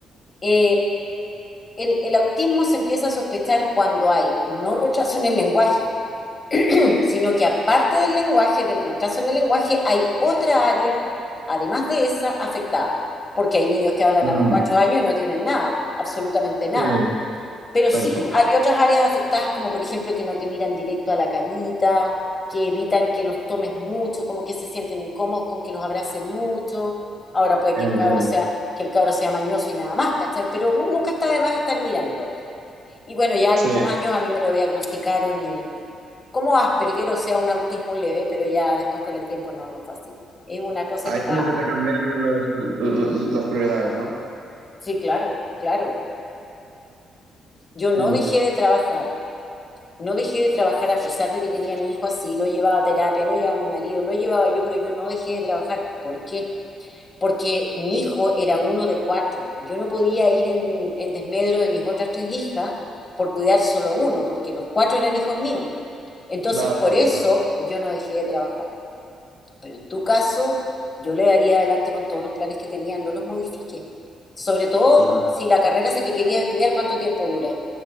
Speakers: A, on the left; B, on the right.
A: eh, el, el autismo se empieza a sospechar cuando hay no retraso en el lenguaje, sino que aparte del lenguaje, del retraso en el lenguaje, hay otra área, además de esa, afectada, porque hay niños que hablan
B: Mm,
A: a los cuatro años y no tienen nada, absolutamente nada.
B: sí,
A: Pero sí
B: exacto.
A: hay otras áreas afectadas, como por ejemplo que no te miran directo a la carita, que evitan que los tomes mucho, como que se sienten incómodos con que los abracen mucho. Ahora puede
B: Entiendo.
A: que el cabro sea, que el cabro sea mañoso y nada más, ¿cachai? Pero nunca está de más estar mirando. Y bueno, ya a los
B: Sí,
A: dos años a mí me lo diagnosticaron y como Asperger, o sea, un autismo leve, pero ya después con el tiempo no, no fue así. Es una cosa
B: Ahí
A: que va,
B: como que te cambiaron los, l- las prioridades, ¿no?
A: sí, claro, claro. Yo no
B: Mm.
A: dejé de trabajar No dejé de trabajar a pesar de que tenía a mi hijo así, lo llevaba a terapia, lo llevaba a mi marido, lo llevaba yo, pero yo no dejé de trabajar. ¿Por qué? Porque mi hijo era uno de cuatro. Yo no podía ir en, en desmedro de mis otras tres hijas por cuidar solo a uno, porque los cuatro eran hijos míos. Entonces,
B: claro,
A: por
B: Alemán,
A: eso yo no dejé de trabajar. Pero en tu caso, yo le daría adelante con todos los planes que tenía, no los modifiques. Sobre todo
B: claro.
A: si la carrera esa que querías estudiar, ¿cuánto tiempo dura?